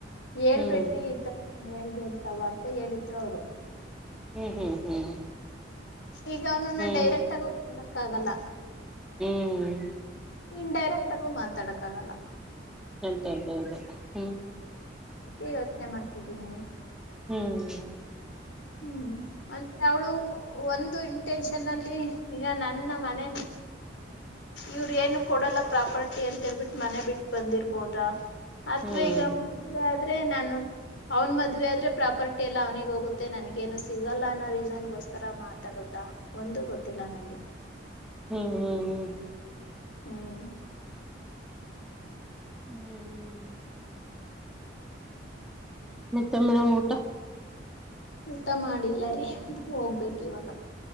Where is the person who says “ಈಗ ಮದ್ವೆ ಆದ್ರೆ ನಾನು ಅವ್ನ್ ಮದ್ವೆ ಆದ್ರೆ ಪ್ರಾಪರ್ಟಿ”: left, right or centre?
Left